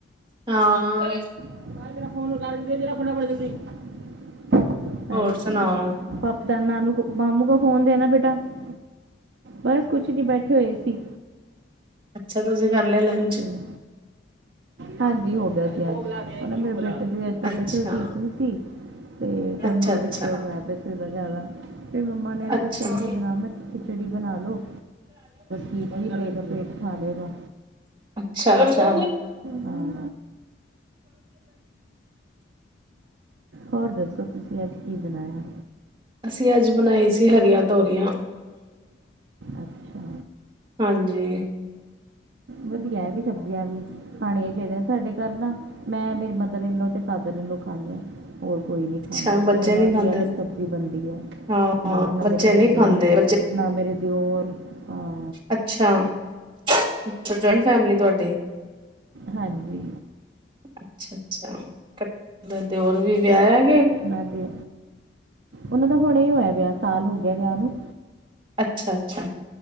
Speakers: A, on the right; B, on the right.
A: ਹਾਂ।
B: ਭਾਈ ਹਾਂਜੀ।
A: ਹੋਰ
B: <inaudible>
A: ਸੁਣਾਓ
B: ਬਸ ਕੁਛ ਨੀ ਬੈਠੇ ਹੋਏ ਸੀ।
A: ਅੱਛਾ, ਤੁਸੀਂ ਕਰ ਲਿਆ ਲੰਚ?
B: ਤੇ ਹਾਂਜੀ ਹੋ ਗਿਆ ਸੀ, ਅੱਜ ਓ ਨਾ ਮੇਰੇ ਬੇਟੇ ਦੀ ਅੱਜ ਤਬੀਅਤ
A: ਅੱਛਾ
B: ਥੋੜੀ ਠੀਕ ਨੀ ਸੀ। ਤੇ ਟਮੀ
A: ਅੱਛਾ
B: ਵੀ
A: ਅੱਛਾ
B: ਡਿਸਟਰਬ ਹੋਇਆ ਪਿਆ ਸੀ, ਬੋ ਜ਼ਿਆਦਾ ਫੇ ਮੰਮਾ ਨੇ
A: ਅੱਛਾ
B: ਪੁੱਛਿਆ ਕੀ ਬਣਾਵਾ? ਮੈਂ ਖਿਚੜੀ ਬਣਾਲੋ। ਠੀਕ ਵੀ ਰਹੇਗਾ ਪੇਟ, ਖਾਲੇਗਾ।
A: ਅੱਛਾ-ਅੱਛਾ।
B: ਹਾਂ ਹੋਰ ਦੱਸੋ, ਤੁਸੀਂ ਅੱਜ ਕੀ ਬਣਾਇਆ?
A: ਅਸੀਂ ਅੱਜ ਬਣਾਈ ਸੀ, ਹਰੀਆਂ-ਤੋਰੀਆਂ।
B: ਅੱਛਾ
A: ਹਾਂਜੀ।
B: ਵਦੀਆ ਆ ਵੀ ਸਬਜ਼ੀਆਂ ਵੀ। ਖਾਣੀਆਂ ਚਾਈਦੀਆਂ, ਸਾਡੇ ਘਰ ਨਾ ਮੈਂ ਮੇਰੀ ਮਦਰ‌ ਇਨ ਲੋਂ ਤੇ ਫਾਦਰ ਇਨ ਲੋਂ ਖਾਂਣੇ ਆਂ। ਹੋਰ ਕੋਈ ਨੀ ਖਾਂਦਾ,
A: ਅੱਛਾ ਬੱਚੇ
B: ਫੇਰ ਉਨਾਂ
A: ਨੀ ਖਾਂਦੇ
B: ਦੀ ਅਲੱਗ ਸਬਜ਼ੀ ਬਣਦੀ ਐ।
A: ਹਾਂ
B: ਨਾ
A: ਬੱਚੇ
B: ਮੇਰੇ
A: ਨਹੀਂ
B: ਹਸਬੈਂਡ,
A: ਖਾਂਦੇ
B: ਨਾ ਮੇਰੇ ਦਿਓਰ ਹਾਂ।
A: ਅੱਛਾ-ਅੱਛਾ, ਜੁਆਇੰਟ ਫੈਮਲੀ ਤੁਹਾਡੀ?
B: ਹਾਂਜੀ।
A: ਅੱਛਾ-ਅੱਛਾ, ਦਿਓਰ ਵੀ ਵਿਆਹਿਆ ਏ।
B: ਉਨ੍ਹਾ ਦੀ ਉਨ੍ਹਾ ਦਾ ਹੁਣੇ ਹੀ ਹੋਇਆ ਵਿਆਹ, ਸਾਲ ਹੋ ਗਿਆ ਵਿਆਹ ਨੂੰ।
A: ਅੱਛਾ-ਅੱਛਾ।